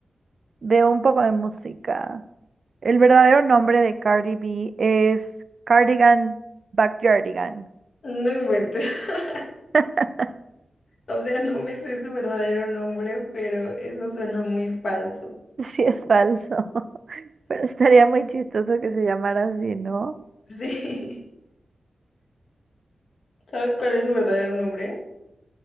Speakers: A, on the right; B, on the left.
A: de un poco de música. El verdadero nombre de Cardi B es Cardigan Backyardigan.
B: No inventes. <laughs>
A: <laughs>
B: O sea, no me sé su verdadero nombre, pero eso suena muy falso.
A: Sí, es falso, <laughs> pero estaría muy chistoso que se llamara así, ¿no?
B: Sí. <laughs> ¿Sabes cuál es su verdadero nombre?